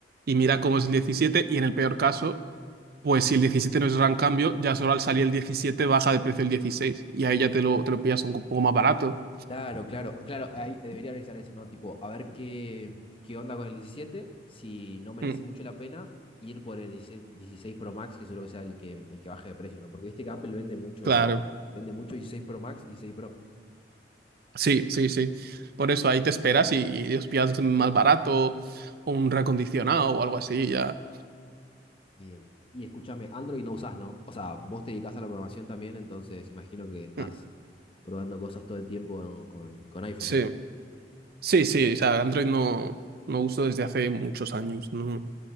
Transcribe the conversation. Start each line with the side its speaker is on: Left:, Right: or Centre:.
Right: y mira cómo es el 17. y en el peor caso, pues si el 17 no es gran cambio, ya solo al salir el 17 baja de precio el 16 y ahí ya te lo, te lo pillas un poco más barato.
Left: Claro, claro, claro, ahí debería analizar eso, ¿no? Tipo, a ver qué, qué onda con el 17. si no merece
Right: Mm,
Left: mucho la pena ir por el 16 16 Pro Max, que seguro que sea el que, el que baje de precio, ¿no? Porque viste que Apple vende mucho,
Right: claro,
Left: vende mucho dieciséis Pro Max y 16 Pro.
Right: sí, sí, sí. Por eso ahí te esperas y, y los pillas más barato o un recondicionado o algo así, ya.
Left: Bien. Y escúchame, Android no usás, ¿no? O sea, vos te dedicás a la programación también, entonces imagino que estás
Right: Mm,
Left: probando cosas todo el tiempo con, con iPhone,
Right: sí.
Left: ¿no?
Right: Sí, sí, o sea, Android no, no uso desde hace muchos años, ¿no?